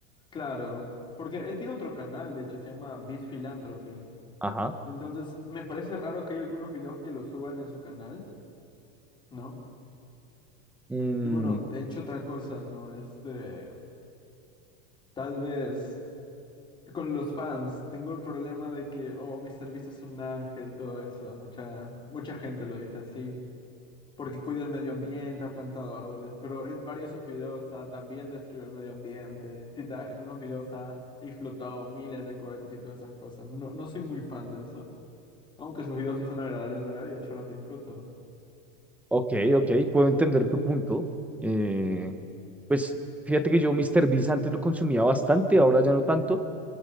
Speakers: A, on the left; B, in the centre.
A: Claro. Porque él tiene otro canal, de hecho, se llama Beast Philanthropy.
B: Ajá.
A: Entonces, me parece raro que hay algunos videos que lo suban en su canal, ¿no?
B: Mm,
A: Y bueno, de hecho otra cosa, ¿no? Este, tal vez con los fans tengo el problema de que, oh, mi servicio es un ángel, todo eso, mucha, mucha gente lo dice así, porque cuida el medio ambiente, ha plantado árboles, pero en varios de sus videos ha también destruido el medio ambiente, sí, ta- en unos videos ha explotado miles de cohetes y todas esas cosas. No, no soy muy fan de eso, aunque sus videos sí son agradables de ver y de hecho los disfruto.
B: ok, ok, puedo entender tu punto. Eh, pues fíjate que yo Mr. Beast antes lo consumía bastante, ahora ya no tanto,